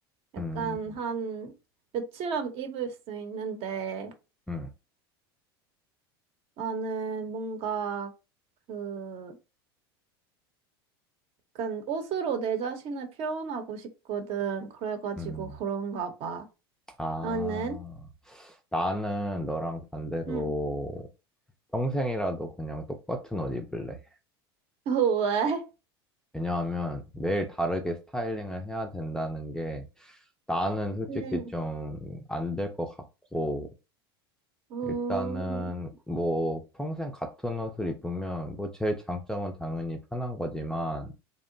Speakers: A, on the right (about 50°); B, in the centre.
A: 약간
B: 응,
A: 한 며칠 안 입을 수 있는데
B: 응,
A: 나는 뭔가 그 약간 옷으로 내 자신을 표현하고 싶거든. 그래가지고
B: 응.
A: 그런가 봐.
B: 아,
A: 너는?
B: 나는 너랑 반대로
A: 응.
B: 평생이라도 그냥 똑같은 옷 입을래.
A: <laughs> 왜?
B: 왜냐하면 매일 다르게 스타일링을 해야 된다는 게 나는 솔직히
A: 응.
B: 좀 안 될 것 같고,
A: 음,
B: 일단은 뭐 평생 같은 옷을 입으면 뭐 제일 장점은 당연히 편한 거지만,